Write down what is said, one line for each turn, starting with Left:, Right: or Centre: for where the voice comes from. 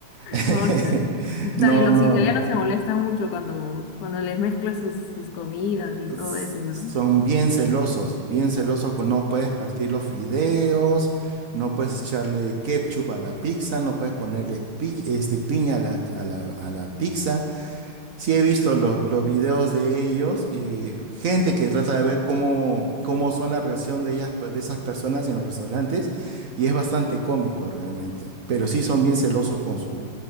Right: <laughs>
Left: ¿Cómo están? Está-
Right: No,
Left: Los
Right: no.
Left: italianos se molestan mucho cuando, cuando les mezclas sus, sus comidas y
Right: s-
Left: todo eso, ¿verdad?
Right: son bien celosos, bien celosos con no puedes partir los fideos, no puedes echarle ketchup a la pizza, no puedes ponerle pi- este, piña a la, a la- a la pizza. Sí he visto lo- los videos de ellos y gente que trata de ver cómo, cómo son la reacción de ellas, de esas personas en los restaurantes y es bastante cómico realmente, pero sí son bien celosos con su,